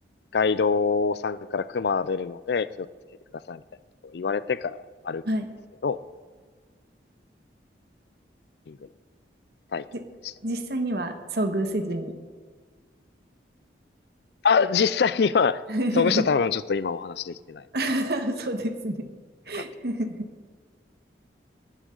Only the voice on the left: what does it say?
ガイドさんから熊出るので気をつけてくださいみたいなところ言われてから歩くんですけど、
ハイキングの体験でした。
あ、実際には、
そ遇した多分ちょっと今お話できてないと。
よかったです。